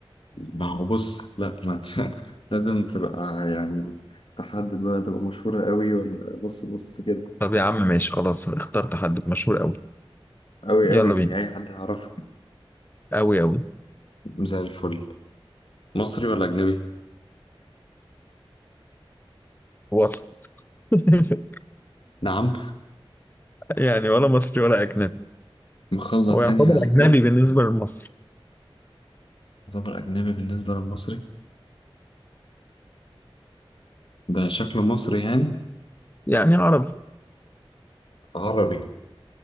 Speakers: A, on the left; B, on the left.
A: ما هو بص لا ما انت <laughs> لازم تبقى يعني تحدد بقى تبقى مشهورة قوي ولا نص نص كده
B: طب يا عم ماشي خلاص اخترت حد مشهور قوي
A: أوي
B: يلا
A: أوي يعني
B: بينا
A: أي حد هيعرفه
B: قوي قوي
A: زي الفل مصري ولا أجنبي؟
B: وسط <laughs>
A: نعم
B: يعني ولا مصري ولا أجنبي
A: <laughs> مخلط
B: هو يعتبر
A: يعني على الاتنين
B: أجنبي بالنسبة لمصر
A: يعتبر أجنبي بالنسبة للمصري ده شكله مصري يعني
B: يعني عربي
A: عربي